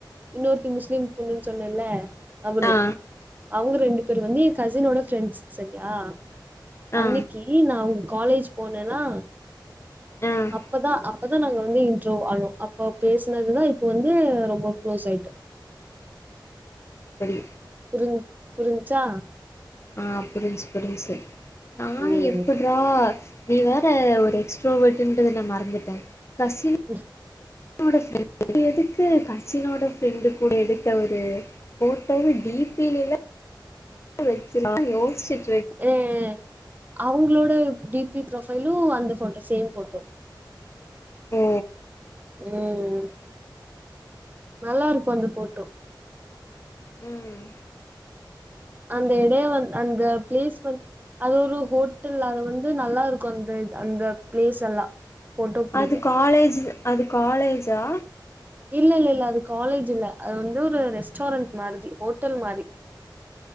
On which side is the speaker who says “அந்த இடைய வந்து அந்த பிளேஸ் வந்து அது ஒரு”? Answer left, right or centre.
Right